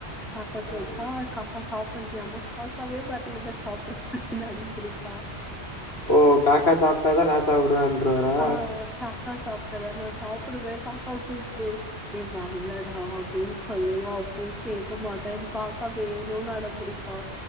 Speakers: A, in the centre; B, on the left.
A: காக்காக்கு
B: ம்.
A: வச்சா காக்கா சாப்ட்ல்லயாமா காக்கவே வரல நா சாப்ட மாட்டேன்னு அடம்பிடிப்பா
B: ஓ காக்கா சாப்ட்டாதா நா சாப்டுவேன்றுவரா
A: ஆ காக்கா சாப்ட்டாத நா சாப்டுவே காக்காவ கூப்டு டேய் வரலடா அப்டின்னு சொல்லுவோ அப்பவு கேட்க மாட்டே எனக்கு காக்கா வேணுன்னு அடம் பிடிப் பா